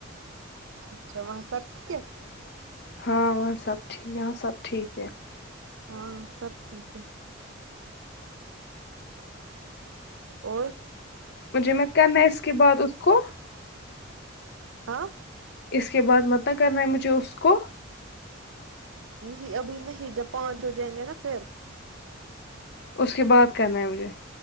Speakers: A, on the right; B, on the left.
A: اچھا وہاں سب ٹھیک ہے
B: ہاں وہاں سب ٹھیک ہے یہاں سب ٹھیک ہے
A: ہاں سب ٹھیک ہے اور
B: مجھے مت کرنا ہے اس کے بعد اس کو
A: ہاں
B: اس کے بعد متع کرنا ہے مجھے اس کو
A: نہیں ابھی نہیں جب پانچ ہو جائیں گے نا پھر
B: اس کے بعد کرنا ہے مجھے